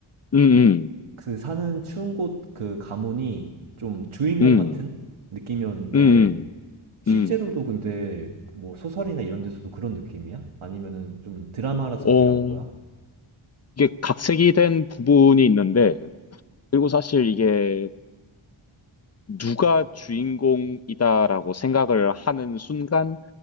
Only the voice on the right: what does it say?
그 사는 추운 곳 그 가문이 좀 주인공
같은 느낌이었는데
실제로도
근데 뭐 소설이나 이런
데서도 그런 느낌이야? 아니면은 좀 드라마라서
그렇게 나온 거야?